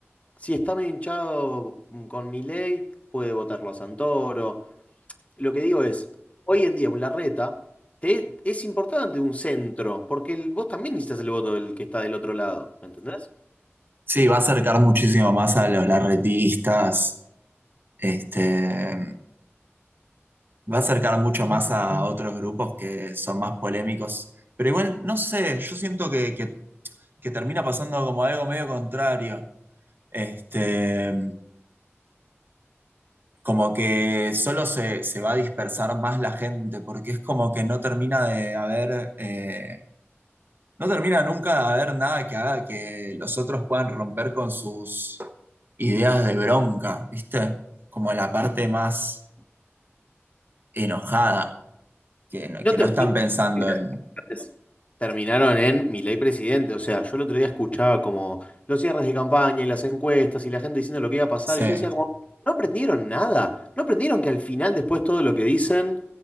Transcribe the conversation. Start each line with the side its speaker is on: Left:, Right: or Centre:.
Left: si está medio hinchado mm, con mi ley, puede votarlo a Santoro. Lo que digo es, hoy en día un Larreta te- es importante un centro, porque el- vos también necesitas el voto del que está del otro lado, ¿me entendés?
Right: Sí, va a acercar muchísimo más a los larretistas, este, va a acercar mucho más a otros grupos que son más polémicos. Pero igual, no sé, yo siento que, que- que termina pasando como algo medio contrario. Este, como que solo se, se va a dispersar más la gente, porque es como que no termina de haber, eh, no termina nunca de haber nada que haga que los otros puedan romper con sus ideas de bronca, ¿viste? Como la parte más enojada, que no,
Left: No
Right: que
Left: te
Right: no
Left: olvides.
Right: están pensando en...
Left: es- terminaron en Milei presidente. O sea, yo el otro día escuchaba como los cierres de campaña y las encuestas y la gente diciendo lo que iba a pasar.
Right: Sí.
Left: Y yo decía como, no aprendieron nada. No aprendieron que al final, después todo lo que dicen,